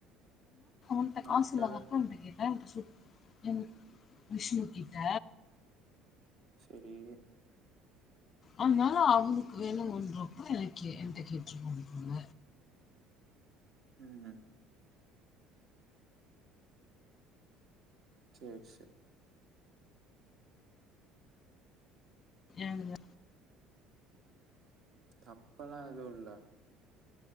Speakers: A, on the left; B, on the right.
A: ஒண்ட
B: யார்ட்ட?
A: காசு இல்லாத போ அவன்ன்டா <inaudible> என் விஷ்ணு கிட்ட
B: செரி
A: அதனால அவங்களுக்கு வேணும்ன்றப்ப எனக்கு எண்ட கேட்டுருக்காங்க
B: ஹம் சேரி சேரி
A: ஏனுங்க
B: தப்பல்லா எதுவு இல்ல